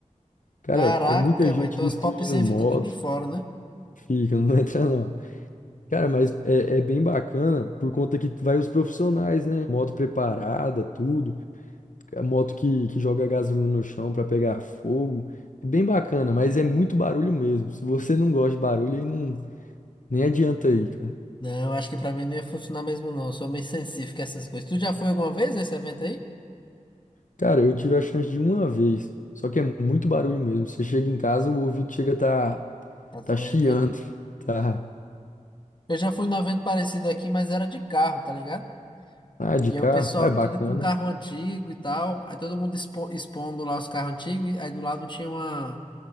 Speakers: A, on the left (about 75°); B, on the left (about 35°).
A: Cara,
B: caraca,
A: é muita gente
B: velho. Então
A: destruindo
B: as pop 100
A: moto.
B: fica tudo de fora, né?
A: Fica, não <laughs> entra não. Cara, mas é, é bem bacana por conta que vai os profissionais, né? Moto preparada, tudo. a moto que, que joga gasolina no chão pra pegar fogo. É bem bacana, mas é muito barulho mesmo. Se você não gosta de barulho, aí não, nem adianta aí, cara.
B: Não, acho que pra mim não ia funcionar mesmo, não. Eu sou meio sensível com essas coisas. Tu já foi alguma vez nesse evento aí?
A: Cara, eu tive a chance de uma vez, só que é muito barulho mesmo. Você chega em casa, o ouvido chega a tá,
B: Tá doendo,
A: tá chiando,
B: hein?
A: <laughs> tá.
B: Eu já fui num evento parecido aqui, mas era de carro, tá ligado?
A: Ah, de
B: E
A: carro,
B: aí o pessoal
A: ah, é
B: tudo
A: bacana.
B: com carro antigo e tal. Aí todo mundo expo- expondo lá os carros antigos. e Aí do lado tinha uma,